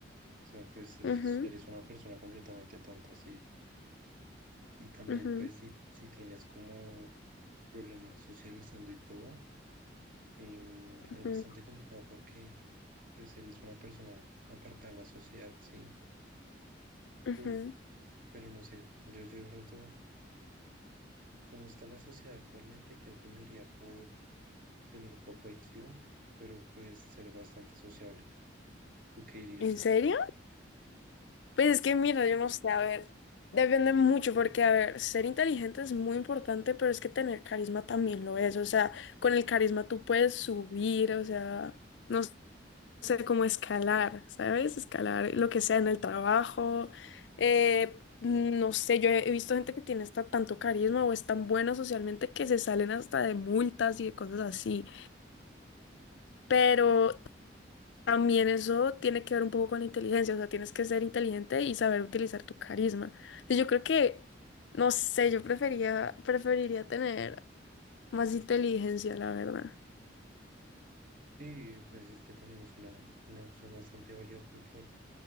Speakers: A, on the right (about 45°); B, on the left (about 70°).
A: sea, pues es-
B: Ujú,
A: eres una persona completamente tonta, sí. Y también,
B: ujú,
A: pues, si, si tienes como problemas socializando y todo, em,
B: ujú,
A: es bastante complicado porque, pues, eres una persona apartada de la sociedad, sí.
B: ujú.
A: Uf, pero no sé, yo, yo de pronto, cómo está la sociedad actualmente, creo que me iría por tener poco IQ, pero pues ser bastante sociable. ¿Tú qué dirías?
B: ¿En serio? Pues es que mira, yo no sé, a ver, depende mucho porque, a ver, ser inteligente es muy importante, pero es que tener carisma también lo es, o sea, con el carisma tú puedes subir, o sea, no sé cómo escalar, ¿sabes? Escalar lo que sea en el trabajo, eh, no sé, yo he he visto gente que tiene hasta tanto carisma o es tan bueno socialmente que se salen hasta de multas y de cosas así. Pero también eso tiene que ver un poco con la inteligencia, o sea, tienes que ser inteligente y saber utilizar tu carisma. Y yo creo que, no sé, yo prefería, preferiría tener más inteligencia, la verdad.
A: Sí, pues es que también es una, una opción bastante válida porque